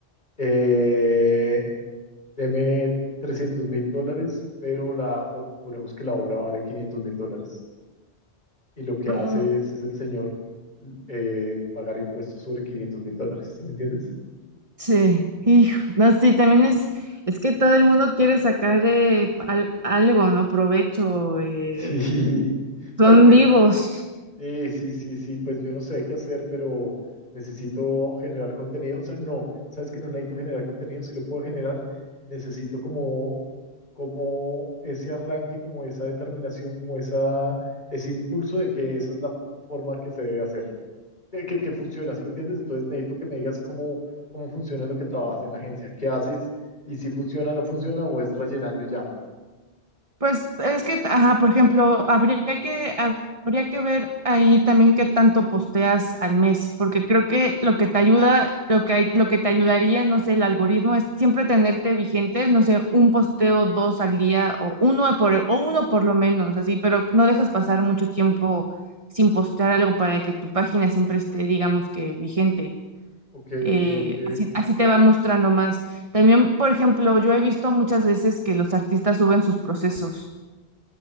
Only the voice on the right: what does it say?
Ujú.
sí, hijo, no, sí, también es, es que todo el mundo quiere sacar eh, al- algo, ¿no? Provecho, eh,
son
vivos,
Pues es que, ajá, por ejemplo, habría que, habría que ver ahí también qué tanto posteas al mes, porque creo que lo que te ayuda, lo que, hay- lo que te ayudaría, no sé, el algoritmo es siempre tenerte vigente, no sé, un posteo, dos al día o uno por, o uno por lo menos, así, pero no dejes pasar mucho tiempo sin postear algo para que tu página siempre esté, digamos que vigente.
Eh,
así, así te va mostrando más. También, por ejemplo, yo he visto muchas veces que los artistas suben sus procesos.